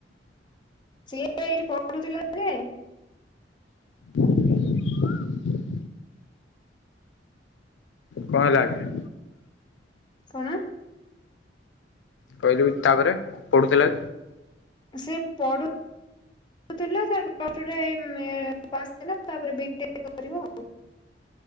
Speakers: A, on the left; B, on the left.
A: ସିଏ ଏଇଠି ପଢୁଥିଲା ଯେ
B: <inaudible> କଣ ହେଲା କି?
A: କଣ?
B: କହିଲି ବି ତାପରେ ପଢ଼ୁଥିଲା
A: ସେ ପଢ଼ୁ ପଢ଼ୁଥିଲା ତାପରେ ପ୍ଲସ ଟୁ ରେ ଏଇ ପାସ୍ ହେଲା ତାପରେ ବି ଟେକ୍ କରିବ ଆଉ।